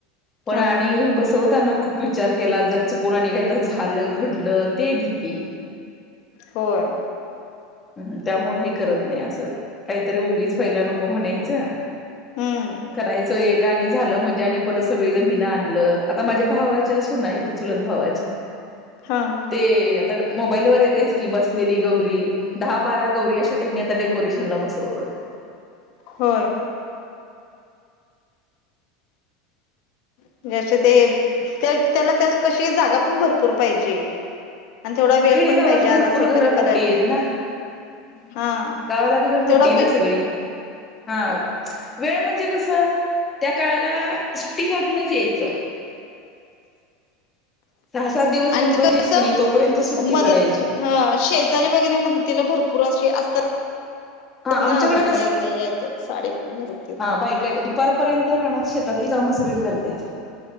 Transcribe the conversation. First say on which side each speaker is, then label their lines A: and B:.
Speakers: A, on the left; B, on the left.
A: पण
B: हा
A: आणि
B: हा
A: बसवताना खूप विचार केला. जर चुकून आणि काहीतरी झालं घडलं- ते भीती.
B: होय.
A: हम्. त्यामुळे हे करत नाही असं. काहीतरी उगीच व्हायला नको म्हणायचं.
B: हम्म.
A: करायचं एक आणि झालं म्हणजे आणि परत सगळेजण, हिनं आणलं. आता माझ्या भावाच्या सुना हायती चुलत भावाच्या. <unintelligible>
B: हां.
A: ते आता मोबाईल वर येतयच की बसलेली गौरी. दहा बारा गौरी अशा त्यांनी आता डेकोरेशनला बसवतात.
B: होय.
A: ह
B: <unintelligible> ते त्याला त्या कशी जागा पण भरपूर पाहिजे. आणि तेवढा वेळ
A: खेडेगावात
B: पण पाहिजे आरास
A: भरपूर
B: वगैरे
A: घरं
B: करायला
A: मोठी आहेत ना?
B: हा
A: गावाला घरं मोठी
B: तेवढा
A: ना
B: वे
A: सगळी? हा. वेळ म्हणजे कस? त्या काळाला सुट्टी काढूनच यायचं. <unintelligible> सहा सात दिवस
B: आणि
A: गणपतीएत
B: ते कसं
A: की नाही? तोपर्यंत सुट्टी
B: मदत
A: काढायची.
B: ह शेजारी वगैरे मदतीला भरपूर असे असतात
A: हा
B: ना?
A: आमच्याकडे
B: <unintelligible> काही. ताई आहे त <unintelligible>
A: बाई काय? दुपारपर्यंत रानात, शेतातली काम सर्वी करत्यात.